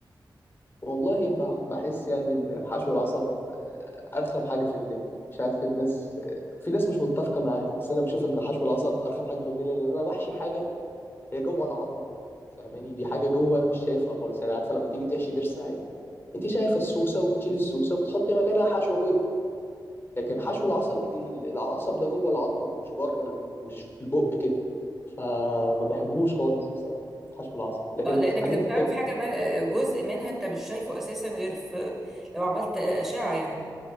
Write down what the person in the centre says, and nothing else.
اه لانك
لما بتعمل
في حاجه من آه، جزء منها انت مش شايفه اساسا غير في لو عملت آه، اشعه يعني